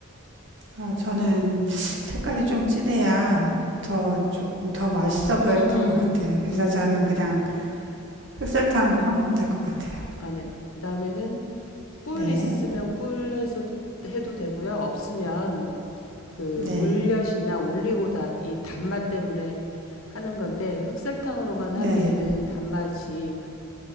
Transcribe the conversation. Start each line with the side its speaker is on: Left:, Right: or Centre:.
Right: 아, 저는 색깔이
Left: 네.
Right: 좀 진해야 더 조금 더 맛있어
Left: <laughs>
Right: 보였던
Left: 음,
Right: 것 같아요. 그래서
Left: 음,
Right: 저는
Left: 그,
Right: 그냥
Left: 음,
Right: 흑설탕 하면 될 것 같아요.
Left: 아, 네. 그 다음에는 꿀
Right: 네,
Left: 있으면 꿀 해서 해도 되고요. 없으면 그
Right: 네,
Left: 물엿이나 올리고당 이 단맛 때문에 하는 건데 흑설탕으로만
Right: 네.
Left: 하기에는 단맛이